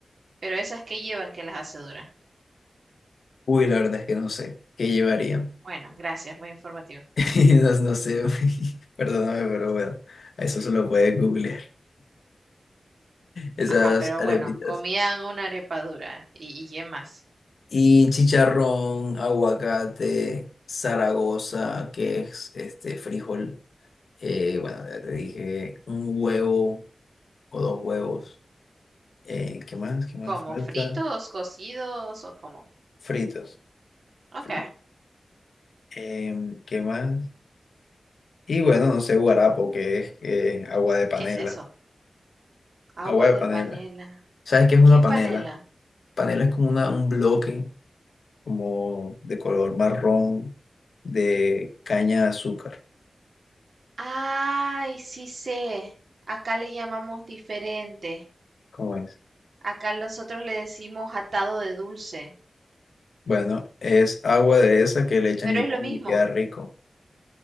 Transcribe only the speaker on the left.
Uy, la verdad es que no sé qué llevarían.
<laughs> Esas no sé, güey. <laughs> Perdóname, pero bueno, a eso se lo puede googlear. Esas
arepitas.
Y chicharrón, aguacate, Zaragoza, que es este frijol. Eh, bueno, ya te dije, un huevo o dos huevos. Eh, ¿qué más? ¿Qué más
falta?
Fritos.
Fri- Em, ¿qué más? Y bueno, no sé, guarapo, que es eh, agua de panela.
Agua de
panela.
¿Sabes qué es una
panela?
Panela es como una, un bloque como de color marrón de caña de azúcar.
¿Cómo es?
Bueno, es agua de esa que le echan
limón
y queda rico.